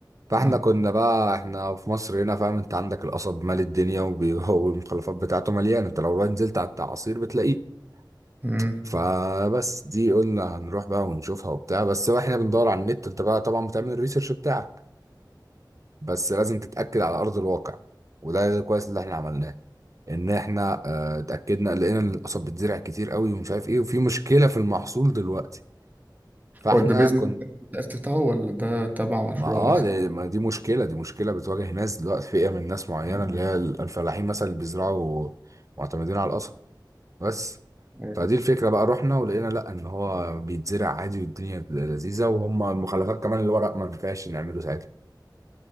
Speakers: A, on the right; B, on the right.
A: فاحنا
B: اه
A: كنا بقى احنا في مصر هنا فاهم انت عندك القصب مال الدنيا وبي- <laughs> والمخلفات بتاعته مليانه انت لو رحت نزلت على التعاصير بتلاقيه
B: مم.
A: فبس دي قلنا هنروح بقى ونشوفها وبتاع بس واحنا بندور على النت انت بقى طبعا بتعمل الريسيرش بتاعك بس لازم تتأكد على ارض الواقع وده كويس اللي احنا عملناه ان احنا آه، اتاكدنا لقينا ان القصب بتزرع كتير قوي ومش عارف ايه وفي مشكله في المحصول دلوقتي فاحنا
B: هو ده بيزنس
A: كنا
B: انت كنت عايز تفتحه ولا ده تبع مشروع
A: ما اه
B: مثلا؟
A: دي, ما دي مشكله دي مشكله بتواجه ناس دلوقتي فئه من ناس معينه
B: آه،
A: اللي هي الفلاحين مثلا اللي بيزرعوا معتمدين على القصب بس
B: أيوة.
A: فدي الفكره بقى رحنا ولقينا لا ان هو بيتزرع عادي والدنيا لذيذه وهم المخلفات كمان الورق ما ينفعش نعمله ساعتها